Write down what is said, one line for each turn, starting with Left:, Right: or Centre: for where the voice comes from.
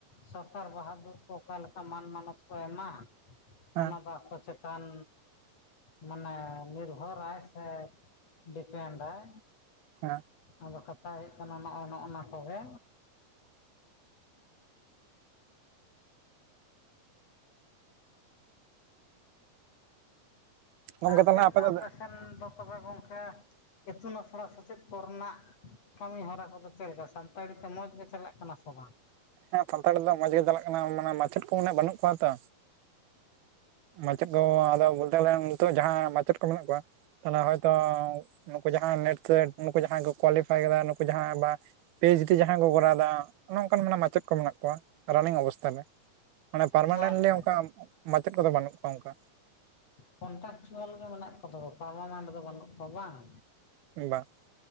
Left: ᱥᱚᱨᱠᱟᱨ ᱵᱟᱦᱟ ᱫᱩᱨ ᱠᱚ ᱚᱠᱟ ᱞᱮᱠᱟ ᱢᱟᱱ ᱢᱟᱱᱚᱛ ᱠᱚ ᱮᱢᱟ?
Right: ᱦᱮᱸ
Left: ᱚᱱᱟ ᱫᱚ ᱟᱠᱚ ᱪᱮᱛᱟᱱ ᱢᱟᱱᱮ ᱱᱤᱨᱵᱷᱚᱨᱟᱭ᱾ ᱥᱮ ᱰᱤᱯᱮᱱᱮᱱᱰᱟᱭ
Right: ᱦᱮᱸ
Left: ᱟᱫᱚ ᱠᱟᱛᱷᱟ ᱦᱩᱭᱩᱜ ᱠᱟᱱᱟ ᱱᱚᱜᱼᱚᱭ ᱱᱚᱜᱼᱱᱟ ᱠᱚᱜᱮ
Right: ᱜᱚᱝᱠᱮ
Left: ᱟᱨ
Right: ᱛᱟᱦᱚᱞᱮ
Left: ᱪᱮᱫ ᱞᱮᱠᱟ
Right: ᱟᱯᱮ ᱫᱚ
Left: ᱟᱯᱮᱥᱮᱱ ᱫᱚ ᱛᱚᱵᱮ ᱜᱚᱝᱠᱮ ᱤᱛᱩᱱ ᱟᱥᱲᱟ ᱥᱮᱪᱮᱫ ᱠᱚᱨᱮᱱᱟᱜ ᱠᱟᱹᱢᱤ ᱦᱚᱨᱟ ᱠᱚᱫᱚ ᱪᱮᱫ ᱞᱮᱠᱟ ᱥᱟᱱᱛᱟᱲᱤ ᱛᱮ ᱢᱚᱡᱽ ᱜᱮ ᱪᱟᱞᱟᱜ ᱠᱟᱱᱟ ᱥᱮ ᱵᱟᱝ?
Right: ᱦᱮᱸ ᱥᱟᱱᱛᱟᱲᱤ ᱫᱚ ᱢᱚᱸᱡᱽ ᱜᱮ ᱪᱟᱞᱟᱜ ᱠᱟᱱᱟ ᱢᱟᱱᱮ ᱢᱟᱪᱮᱫ ᱠᱚ ᱤᱱᱟ. ᱜ ᱵᱟᱹᱱᱩᱜ ᱠᱚᱣᱟ ᱛᱚ ᱢᱟᱪᱮᱫ ᱠᱚ ᱟᱫᱚ ᱵᱚᱞᱛᱮ ᱱᱤᱛᱚᱜ ᱡᱟᱦᱟᱸ ᱢᱟᱪᱮᱫ ᱠᱚ ᱢᱮᱱᱟᱜ ᱠᱚᱣᱟ ᱛᱟᱦᱞᱮ ᱦᱚᱭᱛᱳ ᱱᱩᱠᱩ ᱡᱟᱦᱟᱸ ᱱᱮᱴ ᱥᱮ ᱱᱩᱠᱩ ᱡᱟᱦᱟᱸᱭ ᱠᱚ ᱠᱳᱣᱟᱞᱤᱯᱷᱟᱭ ᱟᱠᱟᱫᱟ ᱱᱩᱠᱩ ᱡᱟᱦᱟᱸ ᱵᱟ ᱯᱤ ᱮᱪ ᱰᱤ ᱡᱟᱦᱟᱸᱭ ᱠᱚ ᱠᱚᱨᱟᱣ ᱮᱫᱟ ᱱᱚᱜ ᱱᱚᱠᱟᱱ ᱢᱟ ᱪᱮᱫ ᱠᱚ ᱢᱮᱱᱟᱜ ᱠᱚᱣᱟ ᱨᱟᱱᱤᱝ ᱚᱵᱚᱥᱛᱟ ᱨᱮ ᱢᱟᱱᱮ ᱯᱟᱨᱢᱟᱱᱮᱱᱴᱞᱤ
Left: ᱟᱪᱪᱷᱟ
Right: ᱚᱱᱠᱟ ᱢᱟᱪᱮᱫ ᱠᱚᱫᱚ ᱵᱟᱹᱱᱩᱜ ᱠᱚᱣᱟ ᱚᱱᱠᱟ
Left: ᱠᱚᱱᱴᱟᱠᱪᱩᱣᱮᱞ ᱜᱮ ᱢᱮᱱᱟᱜ ᱠᱚ ᱫᱚ <unintelligible> ᱯᱟᱨᱢᱮᱱᱴ ᱫᱚ ᱵᱟᱹᱱᱩᱜ ᱠᱚᱣᱟ ᱵᱟᱝ?
Right: ᱵᱟᱝ